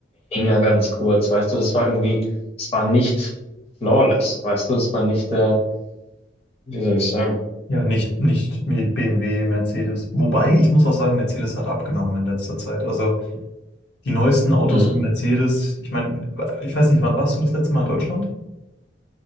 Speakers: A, on the left; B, on the left.
A: hing er ganz kurz, weißt du, das war irgendwie, es war nicht flawless, weißt du, es war nicht, äh, wie soll ich sagen,
B: Ja, nicht, nicht mit BMW, Mercedes. Wobei, ich muss auch sagen, Mercedes hat abgenommen in letzter Zeit. Also die neuesten Autos
A: hm.
B: von Mercedes, ich meine, ich weiß nicht, wann warst du das letzte Mal in Deutschland?